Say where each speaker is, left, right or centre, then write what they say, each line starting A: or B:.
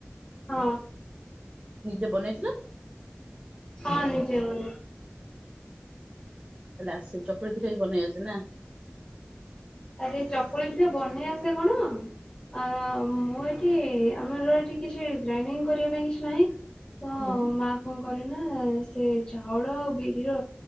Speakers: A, on the left; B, on the right.
A: ହଁ
B: ନିଜେ ବନେଇଥିଲ
A: ହଁ ନିଜେ ବନେଇକି।
B: ତାହେଲେ ଆସେ ଚକୁଳି ପିଠାବି ବନେଇ ଆସେ ନା?
A: ଆରେ ଚକୁଳି ପିଠା ବନେଇ ଆସେ କଣ ଆ ମୁଁ ଏଠି ଆମର ଏଠି କିଛି ଗ୍ରାଇଣ୍ଡିଙ୍ଗ କରିବା ପାଇଁ କିଛି ନାହିଁ ତ
B: ହୁଁ
A: ମା କଣ କରେ ନା ସେ ଚାଉଳ ଆଉ ବିରିର